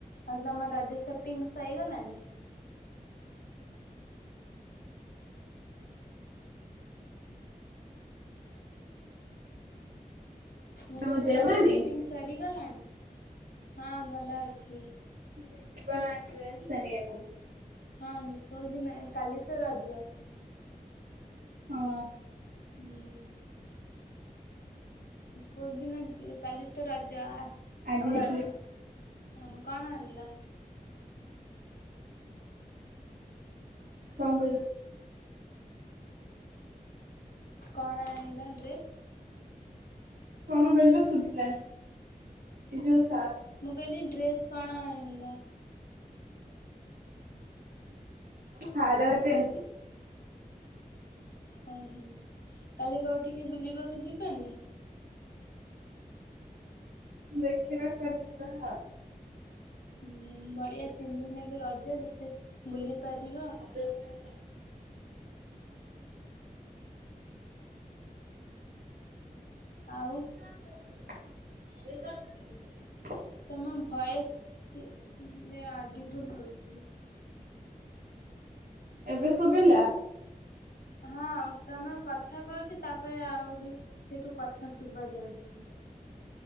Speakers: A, on the left; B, on the right.
A: ଆଉ ତମ ରଜ ସପିଙ୍ଗ ସରିଗଲାଣି। ମୁଁ
B: ତମ
A: କହଲି
B: ଦେହ
A: ରଜ
B: ଭଲ ଅଛି?
A: ସପିଂ ସରିଗଲାଣି ହଁ ଭଲ ଅଛି।
B: ଯାଇଥିବା <unintelligible>
A: ହଁ କୋଉଦିନ କାଲି ତ ରଜ।
B: ହଁ
A: ହୁଁ। କୋଉଦିନ କାଲିତ ରଜ
B: ଆଜି
A: ଆଉ
B: ଯାଇଥିଲି
A: ହଁ କଣ ଆଣିଲ?
B: କଣ କହିଲୁ?
A: କଣ ଆଣିଲ ଡ୍ରେସ।
B: କଣ କିହିଲ ଶୁଭିଲାନି ଏ ଯୋଉ
A: ମୁଁ କହିଲି ଡ୍ରେସ କଣ ଆଇଁଲ?
B: ସାରାରାଟେ ଆଣିଛି।
A: ଓହୋ କାଲି କଉଠିକି ବୁଲିବାକୁ ଯିବାନି।
B: ଦେଖିବା କୁଆଡେ ଯିବା ଆଉ।
A: ହୁଁ ବଢିଆ ତିନି ଦିନରେ ବି ରଜ ଯେତେ ବୁଲି ପାରିବ।
B: ହ
A: ଆଉ
B: <unintelligible>
A: ତମ ଭୟସରେ ଅଡିବୁଲ ହଉଛି।
B: ଏବେ ଶୁଭିଲା?
A: ହଁ ତମେ କଥା କହୁଛି ତାପରେ ଆହୁରି ସେଇଠୁ କଥା ଶୁବା ଯାଉଛି।